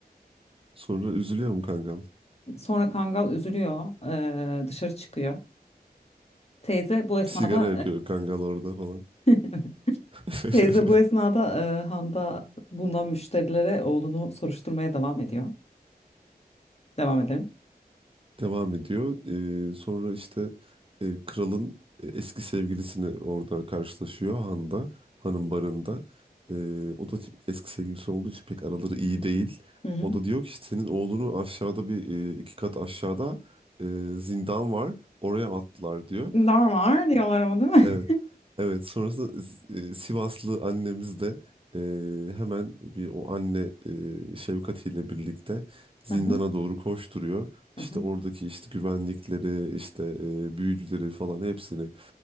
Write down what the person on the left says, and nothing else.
Sonra Kangal üzülüyor e, dışarı çıkıyor. Teyze bu esnada
e, <laughs>
Teyze bu esnada e, Handa bulunan müşterilere oğlunu soruşturmaya devam ediyor. Devam edelim.
Hı hı.
Normal diyorlar ama değil mi?
<laughs> Hı hı,
hı
hı,